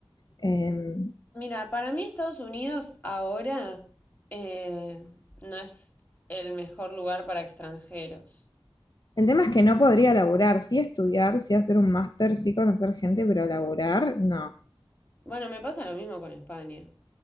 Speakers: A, on the left (about 45°); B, on the left (about 20°).
A: Em,
B: Mira, para mí Estados Unidos ahora eh, no es el mejor lugar para extranjeros.
A: El tema es que no podría laburar, sí estudiar, sí hacer un máster, sí conocer gente, pero laburar, no.
B: Bueno, me pasa lo mismo con España.